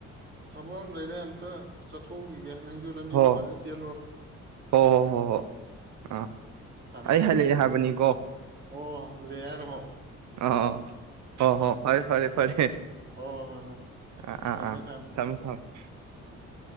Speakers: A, on the right (about 35°); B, on the right (about 70°).
A: ꯊꯕꯛ ꯑꯃ ꯂꯩꯔꯦ ꯑꯝꯇ ꯆꯠꯊꯣꯛꯎꯈꯤꯒꯦ ꯅꯪꯁꯨ ꯂꯝꯖꯦꯟꯗꯣ
B: ꯍꯣ
A: ꯐꯖꯅ ꯆꯦꯜꯂꯣ
B: ꯍꯣ ꯍꯣ ꯍꯣꯏ ꯍꯣꯏ
A: ꯎꯝ
B: ꯑꯥ
A: ꯊꯝꯃꯦ
B: ꯑꯩ
A: ꯊꯝꯃꯦ
B: ꯍꯜꯂꯛꯑꯦ ꯍꯥꯏꯕꯅꯤꯀꯣ
A: ꯑꯣ ꯂꯦ ꯍꯥꯏꯔꯣ
B: ꯑꯥ ꯍꯣ ꯍꯣ ꯐꯔꯦ ꯐꯔꯦ ꯐꯔꯦ
A: ꯍ ꯍꯣꯏ ꯍꯣꯏ
B: ꯑꯥ ꯑꯥ
A: ꯊꯝꯃꯦ
B: ꯑꯥ
A: ꯊꯃꯦ
B: <unintelligible>
A: ꯎꯝ